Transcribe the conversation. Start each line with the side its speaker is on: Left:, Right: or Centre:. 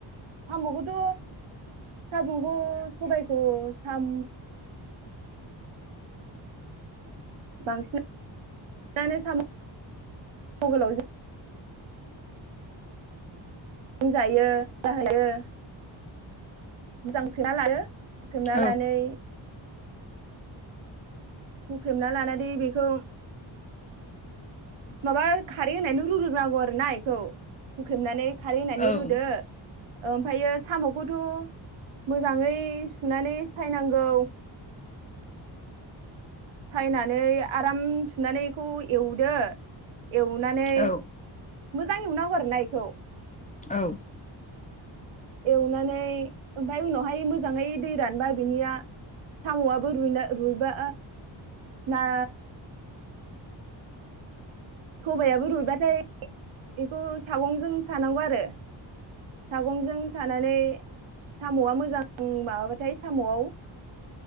Right: साम'खौथ' सामुंखौ सबायखौ साम बांसिनानो साम' <unintelligible> जायो <unintelligible> मोजांसोना लायो। बुथोमना
Left: औ
Right: लानानै हुख्रेमना लानानै बेखौ माबा खारै होनायनो रुग्रोनांगौ आरोना बेखौ हुख्रेमनानै खारैनानै
Left: औ
Right: रुदो ओमफायो साम'खौथ' मोजाङै सुनानै सायनांगौ। सायनानै आराम सुनानै एखौ एवदो एवनानै
Left: औ
Right: मोजां एवनांगौ आरोना एखौ।
Left: औ।
Right: एवनानै ओमफाय उनावहाय मोजाङै दै रानबा बिनिया साम'आबो रुइना रुइबा ना सबायाबो रुइबाथाय बेखौ सागंजों सानांगौ आरो सागंजों सानानै साम'आ मोज मोजां माबाबाथाय साम'आव